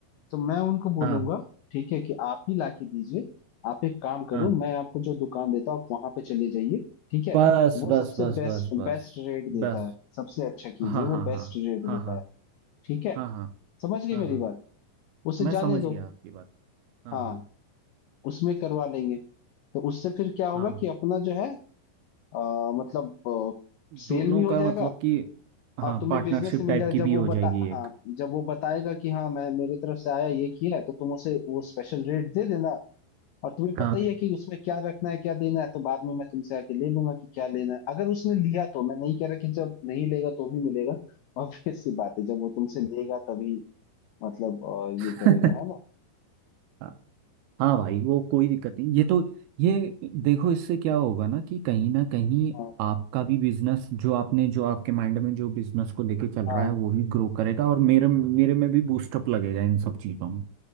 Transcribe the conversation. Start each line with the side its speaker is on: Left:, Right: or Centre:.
Left: तो मैं उनको बोलूंगा
Right: हाँ
Left: ठीक है कि आप ही लाके दीजिए आप एक काम करो
Right: हाँ
Left: मैं आपको जो दुकान देता हूँ आप वहां पे चले जाइए ठीक है
Right: बस
Left: वो
Right: बस
Left: सबसे
Right: बस
Left: बेस्ट
Right: बस बस
Left: बेस्ट रेट देता
Right: बस
Left: है सबसे अच्छा कीजिए
Right: हाँ
Left: वो
Right: हाँ
Left: बेस्ट
Right: हाँ
Left: रेट
Right: हाँ
Left: देता
Right: हाँ
Left: है ठीक है
Right: हाँ हाँ
Left: समझ गए
Right: हाँ
Left: मेरी
Right: हाँ
Left: बात उसे
Right: मैं समझ
Left: जाने दो
Right: गया आपकी बात हाँ
Left: हाँ
Right: हाँ
Left: उसमें करवा लेंगे तो उससे फिर क्या होगा
Right: हाँ
Left: कि अपना जो है अ, मतलब सेल
Right: दोनों
Left: भी हो
Right: का
Left: जाएगा
Right: मतलब कि हाँ
Left: और तुम्हें
Right: पार्टनरशिप
Left: बिजनेस से मिल
Right: टाइप
Left: जाएगा
Right: की भी
Left: जब वो
Right: हो जाएगी
Left: बता
Right: एक
Left: हाँ जब वो बताएगा कि हाँ मैं मेरे तरफ से आया ये किया है तो तुम उसे वो स्पेशल रेट दे देना और तुम्हें
Right: हाँ
Left: पता ही है कि उसमें क्या रखना है क्या देना है तो बाद में मैं तुमसे आके ले लूंगा कि क्या लेना है अगर उसने लिया तो मैं नहीं कह रहा कि जब नहीं लेगा तो भी मिलेगा ऑब्वियस सी बात है जब वो तुमसे लेगा तभी मतलब अ, ये
Right: हाँ
Left: करेगा है ना
Right: <laughs> हाँ भाई वो कोई दिक्कत नहीं ये तो ये देखो इससे क्या होगा ना कि कहीं ना कहीं
Left: हाँ
Right: आपका भी बिजनेस जो आपने जो आपके माइंड में जो बिजनेस को लेके चल
Left: हाँ
Right: रहा है वो भी ग्रो करेगा और मेरे मेरे में भी बूस्टअप लगेगा इन सब चीज़ों में